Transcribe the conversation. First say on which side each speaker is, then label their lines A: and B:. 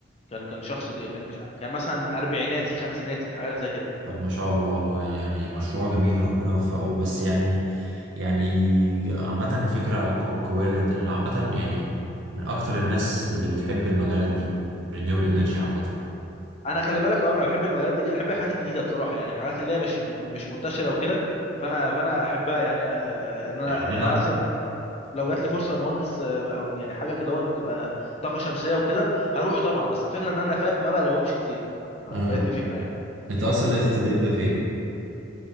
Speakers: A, on the left; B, on the right.
A: كان كان شخص كبير، كان مش ع- كان مثلا اربعيناتي خمسيناتي حاجات زي كده
B: طب ما شاء الله والله يعني مشروع جميل ربنا يوفقه بس يعني يعني عامة فكرة قو- قوية جدا أنا عامة يعني من أكتر الناس اللي بتحب المجالات دي رينيوبل انرجي عامة
A: انا خلي بالك اه انا بحب المجالات دي جدا بحب الحاجات الجديده بصراحه يعني الحاجات اللي هي مش م- مش منتشره وكده فانا فانا احبها يعني آه، ان انا
B: يعني
A: يعني
B: أنا
A: انا مثلا انا لو لو جات لي فرصه مهندس آه، او يعني حاجه كده وان تبقى طاقه شمسيه وكده هروح طبعا بس الفكره ان انا فاهم ما بقى لهمش كتير ف- فهي
B: آه.
A: دي الفكره يعني
B: أنت أصلا لقيت التدريب ده فين؟